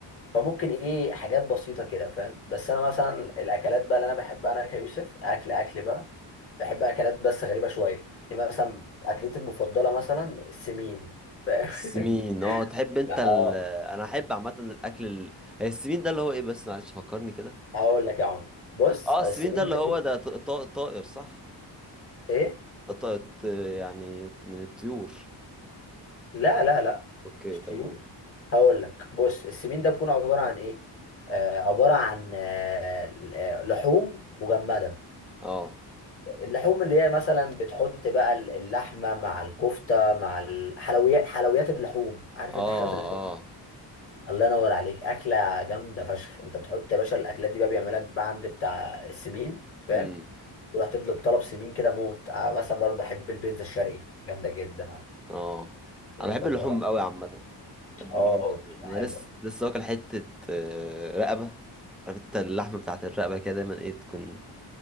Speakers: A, on the left; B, in the centre.
A: فممكن ايه حاجات بسيطة كده فاهم بس انا مثلا الاكلات بقى اللي انا بحبها انا كيوسف اكل اكل بقى بحب اكلات بس غريبة شوية يعني مثلا اكلتي المفضلة مثلا السمين فاهم؟
B: السمين
A: <laughs>
B: اه تحب أنت
A: لا
B: ال...
A: اه
B: أنا أحب عامة الأكل ال... هي السمين ده اللي هو إيه بس معلش فكرني كده
A: هقول لك يا عم بص
B: اه السفين
A: السمين
B: ده اللي
A: ده
B: هو
A: بي-
B: ده ط- ط- طائر صح
A: ايه
B: ده طائر ط- يعني من الطيور
A: لا لا لا
B: اوكي
A: مش
B: طب
A: طيور
B: قول
A: هقول لك بص السمين ده بيكون عبارة عن ايه آه عبارة عن آه آه، لحوم مجمدة
B: اه
A: اللحوم اللي هي مثلا بتحط بقى ال- اللحمه مع الكفته مع الحلويات حلويات اللحوم عارف
B: اه
A: انت حلويات اللحوم
B: اه
A: الله ينور عليك اكله جامده فشخ انت بتحط يا باشا الاكلات دي بقى بيعملها لك بقى عند بتاع السمين فاهم
B: امم
A: تروح تطلب طلب سمين كده موت آه، مثلا برضه بحب البيتزا الشرقي جامده جدا عندي
B: اه
A: المفضله
B: انا بحب اللحوم قوي عامه بحب
A: اه
B: اللحوم جدا
A: بتبقى
B: انا
A: حلوه
B: لسه لسه واكل حته آه، رقبه عارف انت اللحمه بتاعت الرقبه كده دايما ايه تكون